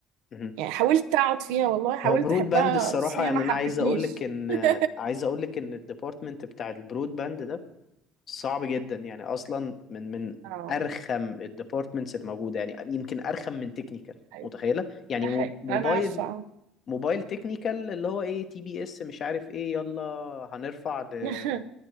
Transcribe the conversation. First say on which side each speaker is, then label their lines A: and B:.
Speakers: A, on the left (about 50°); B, on the right (about 80°).
A: مهم.
B: يعني حاولت أقعد فيها والله حاولت
A: هو برود
B: أحبها
A: باند الصراحة
B: بس هي
A: يعني
B: ما
A: أنا
B: حبتنيش
A: عايز أقولك إن
B: <laughs>
A: عايز أقولك إن الديبارتمنت بتاع البرود باند ده صعب جدا يعني أصلا من من
B: اه
A: أرخم الديبارتمنتس الموجودة يعني يمكن أرخم من تكنيكال
B: أيوة،
A: متخيلة يعني
B: ده
A: مو-
B: حقيقي ده
A: موبايل
B: أنا عارفة <laughs>
A: موبايل تكنيكال اللي هو إيه تي بي إس مش عارف إيه يلا هنرفع ل-
B: اه